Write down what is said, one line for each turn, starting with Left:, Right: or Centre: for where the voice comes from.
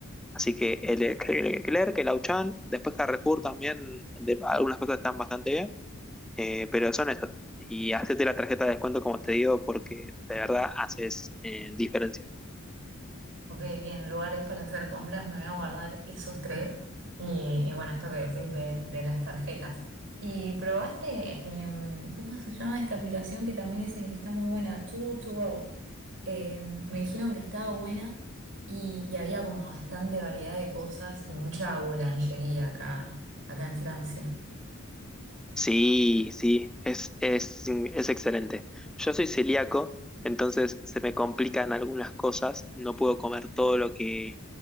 Centre: Así que el Leclerc, el Auchan, después Carrefour también, de- algunas cosas están bastante bien, eh, pero son estos. Y hacete la tarjeta de descuento, como te digo, porque de verdad haces eh, diferencia.
Right: Ok, bien, lugares para hacer compras, me voy a guardar esos tres. Y, y bueno, esto que decís de, de las tarjetas. ¿Y probaste, em, cómo se llama esta aplicación que también dicen que está muy buena? Too to go. eh, me dijeron que estaba buena y, y había como bastante variedad de cosas y mucha boulangería acá, acá en Francia.
Centre: Sí, sí, es, es, es excelente. Yo soy celíaco, entonces se me complican algunas cosas. No puedo comer todo lo que,